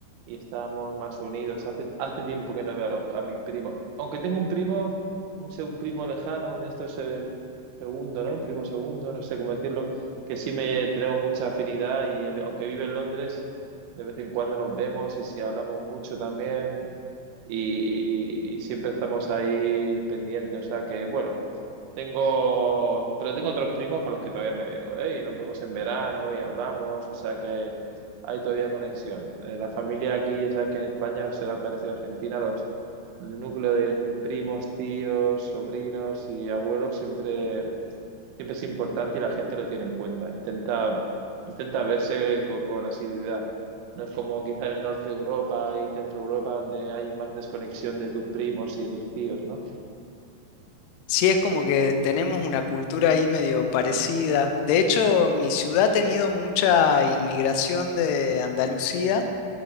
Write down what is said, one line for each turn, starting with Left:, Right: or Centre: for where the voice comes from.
Right: y estábamos más unidos. Hace, hace tiempo que no veo a, los- a mis primos, aunque tengo un primo, un, se- un primo lejano de estos eh, segundo, ¿no? Primo segundo, no sé cómo decirlo, que sí me tenemos mucha afinidad y él, aunque vive en Londres, de vez en cuando nos vemos y si hablamos mucho también y, y siempre estamos ahí pendientes, o sea que bueno. Tengo, pero tengo otros primos con los que todavía me veo, ¿eh? Y nos vemos en verano y hablamos, o sea que hay todavía conexión. Eh, la familia aquí, ya sabes que en España se da parecido a Argentina, los el núcleo de primos, tíos, sobrinos y abuelos siempre, siempre es importante y la gente lo tiene en cuenta. Intenta, intenta verse co- con, asiduidad. No es como quizá en el norte de Europa y centro Europa donde hay más desconexión de tus primos y de tus tíos, ¿no?
Left: Sí, es como que tenemos una cultura ahí medio parecida. De hecho, mi ciudad ha tenido mucha inmigración de Andalucía.